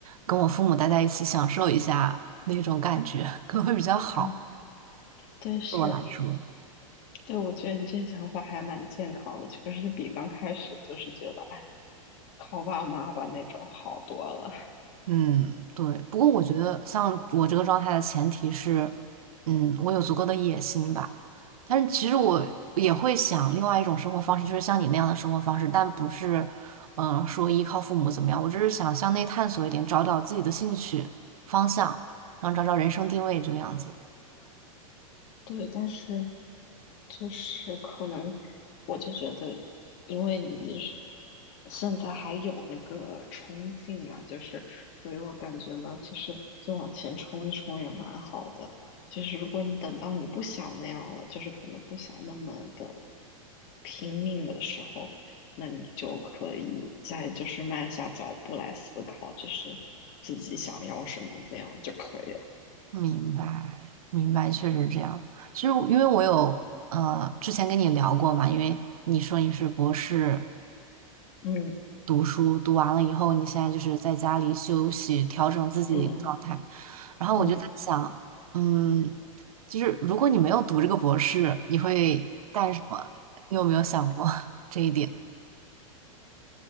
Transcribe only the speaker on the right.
跟我父母待在一起，享受一下那种感觉，可能会比较好，
对我来说。
嗯，对。不过我觉得，像我这个状态的前提是，嗯，我有足够的野心吧。但是其实我也会想另外一种生活方式，就是像你那样的生活方式，但不是，嗯、说依靠父母怎么样。我只是想向内探索一点，找找自己的兴趣方向，然后找找人生定位这个样子。
明白，明白，确实这样。其实我因为我有呃之前跟你聊过嘛，因为你说你是博士。
读书，读完了以后，你现在就是在家里休息，调整自己的一个状态。
然后我就在想，
嗯，就是如果你没有读这个博士，你会干什么？你有没有想过 <laughs> 这一点